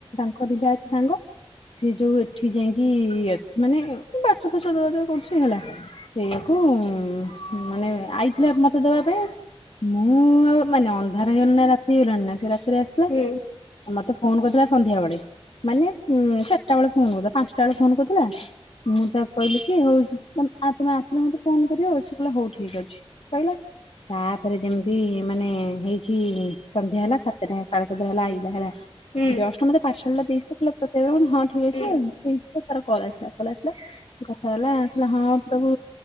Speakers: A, on the left (about 65°); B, on the left (about 85°).
A: କ ଯ ଅଛି ସାଙ୍ଗ ସିଏ ଯୋଉ ଏଠି ଯାଇଁକି କି ଅଛି ମାନେ ବାସ ଫାସ ଦବା ଯୋଉ। କରୁଛି ହେଲା। ସେଇିଆକୁ ଉଁ ମାନେ ଆଇଥିଲା ମତେ ଦବା ପାଇଁ ମୁଁ ଆଉ ମାନେ ଅନ୍ଧାର ହେଇଗଲାଣି ନା ରାତି ହେଇଗଲାଣି ନା ସେ ରାତି ପରେ ଆସିଲା
B: ହୁଁ
A: ଆ ମତେ ଫୋନ କରିଥିଲା ସନ୍ଧ୍ୟାବେଳେ। ମାନେ ଉଁ ଚାରିଟା ବେଳେ। ଫୋନ୍ କରିଥିଲା ପାଞ୍ଚଟା ବେଳେ ଫୋନ କରିଥିଲା ମୁଁ ତାକୁ କହିଲି କି ହଉଛି ମ୍ ଆ ତମେ ଆସିଲେ ମତେ ଫୋନ କରିବ ସେ କହିଲେ ହଉ ଠିକ ଅଛି କହିଲା। ତାପରେ ଯେମିତି ମାନେ ହେଇଛି ସନ୍ଧ୍ୟା ହେଲା ସାତଟା ସାଢେ ସାତଟା ହେଲା ଆଇଲା ହେଲା।
B: ହୁଁ
A: ଯଷ୍ଟ ମତେ ପାର୍ସଲ ଟା <unintelligible> <unintelligible> ହଁ ଠିକ୍ ଅଛି
B: ହୁଁ।
A: ଆଉ। ତ ତାର କଳା କଲ୍ ଆସିଲା ସେ କଥା ହେଲା କହିଲା ହଁ। ସବୁ